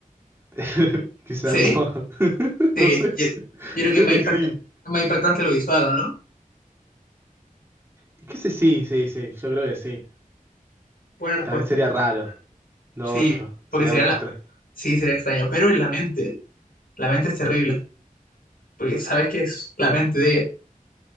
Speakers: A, on the right (about 15°); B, on the left (about 90°).
A: <laughs> Quizás
B: ¿Sí?
A: no. <laughs>
B: Sí,
A: No sé,
B: yo, yo creo que
A: creo
B: es más
A: que
B: impacta-
A: sí.
B: es más impactante lo visual, ¿no?
A: ¿Y qué sé? Sí, sí, sí, yo creo que sí.
B: Buena respuesta.
A: También sería raro. Lo
B: Sí,
A: otro, sería
B: porque sería
A: muy extra.
B: la... Sí, sería extraño, pero en la mente, la mente es terrible, porque sabes que es la mente de ella.